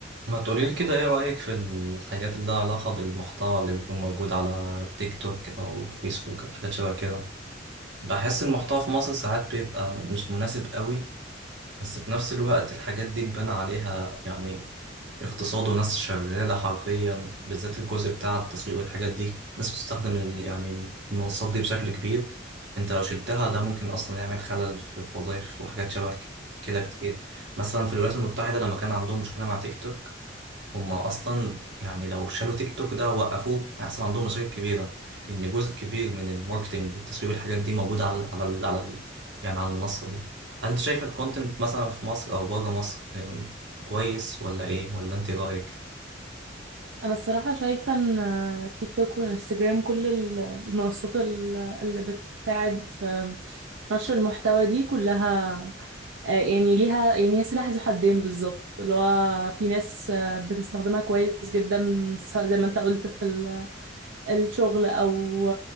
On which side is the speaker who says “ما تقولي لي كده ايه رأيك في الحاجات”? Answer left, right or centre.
Right